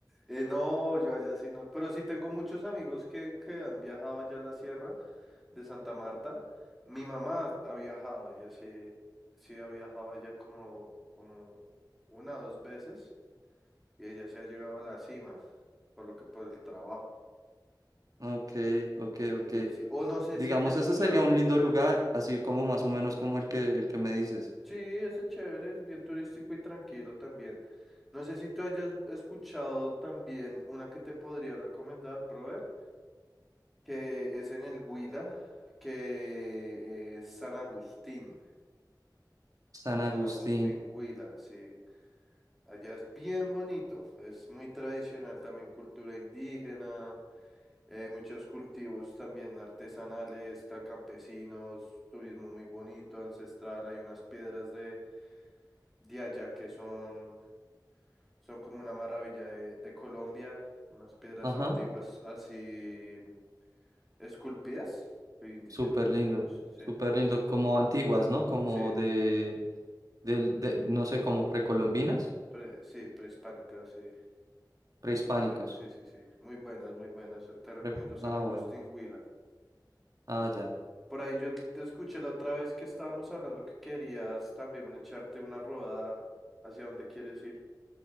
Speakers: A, in the centre; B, on the right.
A: Eh, no, yo allá sí no. Pero sí tengo muchos amigos que, que han viajado allá a la Sierra de Santa Marta. Mi mamá ha viajado, ella sí, sí ha viajado allá como, como una o dos veces y ella sí ha llegado a la cima, por lo que por el trabajo.
B: Ok, ok,
A: Eh,
B: ok.
A: sí. O no sé
B: Digamos,
A: si haya escuchado.
B: ese sería un lindo lugar, así como más o menos como el que, el que me dices.
A: Sí, ese chévere, es bien turístico y tranquilo también. No sé si tú hayas escuchado también una que te podría recomendar, brother, que es en el Huila, que es San Agustín.
B: San
A: San
B: Agustín.
A: Agustín Huila, sí. Allá es bien bonito, es muy tradicional también cultura indígena, eh, muchos cultivos también artesanales, está campesinos, turismo muy bonito, ancestral, hay unas piedras de de allá, que son, son como una maravilla de, de Colombia, unas piedras
B: Ajá,
A: antiguas así esculpidas, que
B: súper
A: hicieron los
B: lindo,
A: años, sí,
B: súper
A: entonces,
B: lindo, como antiguas, ¿no? Como
A: sí,
B: de, del de, no sé, como precolombinas,
A: pre- sí, prehispánicas, sí,
B: prehispánicos.
A: esa, sí, sí, sí, muy buenas, muy buenas, te recomiendo
B: Pre-
A: San
B: ah,
A: Agustín
B: bueno,
A: Huila.
B: ah, ya.
A: Por ahí yo te escuché la otra vez que estábamos hablando que querías también echarte una rodada hacia dónde quieres ir.